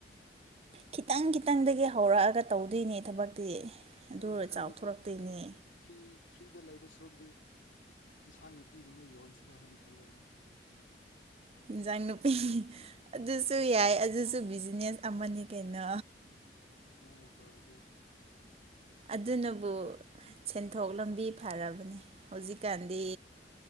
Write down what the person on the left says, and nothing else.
ꯑꯩꯅ ꯈꯜꯂꯤꯁꯦ
ꯐ꯭ꯔꯤ ꯐ꯭ꯔꯤꯗ ꯂꯩꯕ ꯁꯔꯨꯛꯇꯤ ꯏꯟꯁꯥꯡ ꯅꯥꯄꯤꯒꯨꯝꯕ ꯌꯣꯟꯁꯤꯔꯦ ꯍꯥꯏꯅ ꯈꯜꯂꯕꯅꯤ
ꯑꯩꯅ ꯇꯧꯔꯗꯤ
ꯈꯔ ꯈꯔ